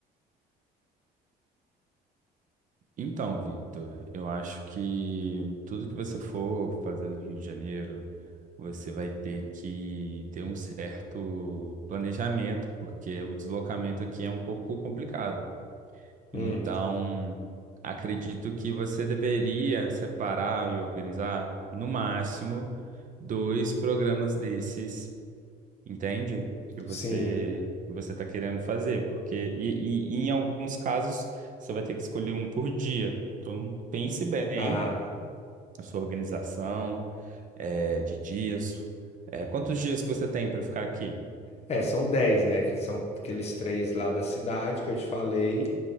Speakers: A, on the right (about 50°); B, on the left (about 40°).
A: Então, Victor, eu acho que tudo que você for fazer no Rio de Janeiro, você vai ter que ter um certo planejamento, porque o deslocamento aqui é um pouco complicado. Então,
B: Hum,
A: acredito que você deveria separar e organizar, no máximo, dois programas desses entende? Que você
B: sim.
A: que você está querendo fazer, porque e, e- e em alguns casos você vai ter que escolher um por dia. Então pense bem
B: Ah,
A: na sua organização é, de dias. É, quantos dias que você tem para ficar aqui?
B: é, são 10 né? Que são aqueles três lá da cidade que eu te falei.